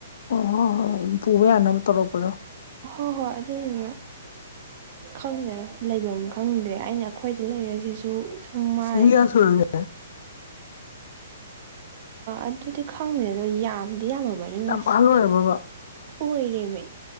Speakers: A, on the left (about 60°); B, on the right (about 45°).
A: ꯑꯣ ꯍ ꯍ ꯄꯨꯕ ꯌꯥꯅ ꯇꯧꯔꯛꯄꯗ꯫
B: ꯍꯣꯏ ꯍꯣꯏ ꯑꯗꯨꯗꯨꯅꯦ꯫ ꯈꯪꯗꯦ ꯂꯩꯐꯝ ꯈꯪꯗꯦ ꯑꯩꯅ ꯑꯩꯈꯣꯏꯗ ꯂꯩꯔꯁꯤꯁꯨ꯫ ꯁꯨꯃꯥꯏ꯫
A: ꯆꯍꯤ ꯀꯌꯥ ꯁꯨꯔꯒꯦ
B: ꯑꯗꯨꯗꯤ ꯈꯪꯗꯦ ꯑꯗꯣ ꯌꯥꯝꯗꯤ ꯌꯥꯝꯃꯝꯃꯅꯤ ꯃꯥꯁꯦ꯫
A: ꯌꯥꯝ ꯑꯍꯜ ꯑꯣꯏꯔꯕꯕ
B: ꯑꯣꯏꯔꯦꯃꯦ꯫